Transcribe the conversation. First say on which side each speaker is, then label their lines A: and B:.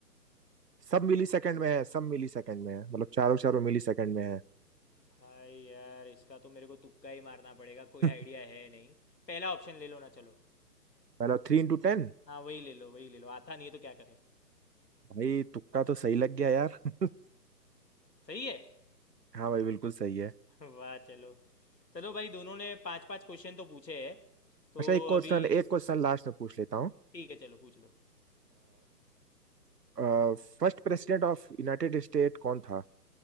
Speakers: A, on the right (about 75°); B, on the left (about 80°).
A: सब मिली सेकेंड में है सब मिली सेकेंड में है मतलब चारों चारों मिली सेकेंड में है
B: भाई यार इसका तो मेरे को तुक्का ही मारना पड़ेगा कोई
A: <laughs>
B: आइडिया है नहीं पहला ऑप्शन ले लो ना चलो
A: पहला थ्री इंटू टेन
B: हाँ वही ले लो वही ले लो आता नहीं है तो क्या करे
A: भाई तुक्का तो सही लग गया यार <laughs>
B: सही है
A: हाँ भाई बिल्कुल सही है
B: <laughs> वाह चलो चलो भाई दोनों ने पांच पांच क्वेश्चन तो पूछे हैं तो
A: अच्छा एक क्वेश्चन
B: अभी
A: एक क्वेश्चन लास्ट में पूछ लेता हूँ
B: ठीक है चलो पूछ लो
A: First president of United State कौन था